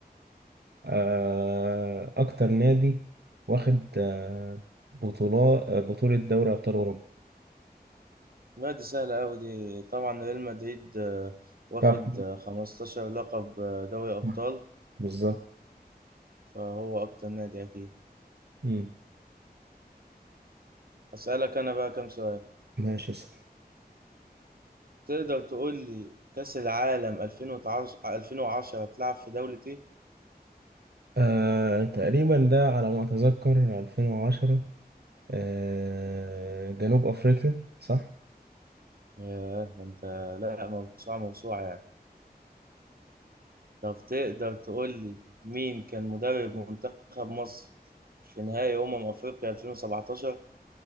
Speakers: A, on the right; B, on the right.
A: آه اكتر نادي واخد آه بطولة آه، بطولة دوري ابطال اوروبا
B: لا دي سهلة أوي دي طبعا ريال مدريد آه، واخد
A: صح
B: آه، 15 لقب آه، دوري أبطال
A: صح. بالظبط
B: فهو أكتر نادي أكيد
A: مم.
B: أسألك أنا بقى كام سؤال
A: ماشي اسأل
B: تقدر تقول لي كأس العالم 2010 2010 هتلعب في دولة إيه؟
A: آه تقريبا ده على ما اتذكر 2010 آه جنوب افريقيا صح
B: ياه ده أنت لا موسوعة موسوعة يعني طب تقدر تقول لي مين كان مدرب منتخب مصر في نهائي أمم أفريقيا 2017؟